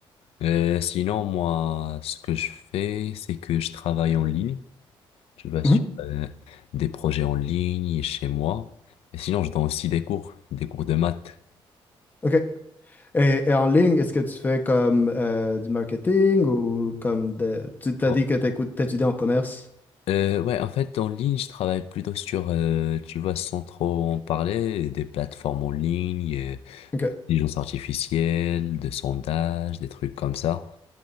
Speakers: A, on the left; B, on the left.
A: Euh, sinon, moi, ce que je fais, c'est que je travaille en ligne. Tu vois,
B: Mhm.
A: sur euh, des projets en ligne chez moi. Et sinon, je donne aussi des cours, des cours de maths.
B: OK. Et, et en ligne, est-ce que tu fais comme euh, du marketing ou comme de... Tu t'as
A: Ouais.
B: dit que t'écoutes- t'étudies en commerce.
A: Euh, ouais, en fait, en ligne, je travaille plutôt sur, euh, tu vois, sans trop en parler, des plateformes en ligne, euh,
B: OK.
A: intelligence artificielle, de sondages, des trucs comme ça.